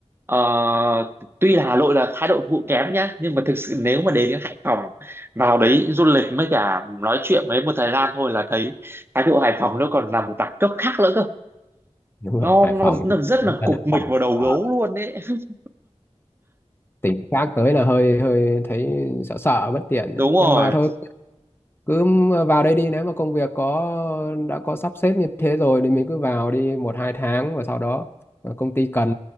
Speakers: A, on the right; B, on the left.
A: ờ, tuy là Hà Nội là thái độ phục vụ kém nhá nhưng mà thực sự nếu mà đến đến Hải Phòng vào đấy du lịch với cả nói chuyện với một thời gian thôi là thấy thái độ Hải Phòng nó còn là một đẳng cấp khác nữa cơ
B: đúng
A: nó
B: rồi Hải
A: nó,
B: Phòng
A: nó
B: thì
A: rất là
B: vẫn dân
A: cục
B: Hải
A: mịch
B: Phòng
A: vào đầu
B: ở
A: gấu luôn đấy <laughs>
B: tỉnh khác tới là hơi hơi thấy sợ sợ bất tiện
A: đúng
B: đấy
A: rồi
B: nhưng mà thôi cứ vào đây đi nếu mà công việc có đã có sắp xếp như thế rồi thì mình cứ vào đi một hai tháng và sau đó ờ, công ty cần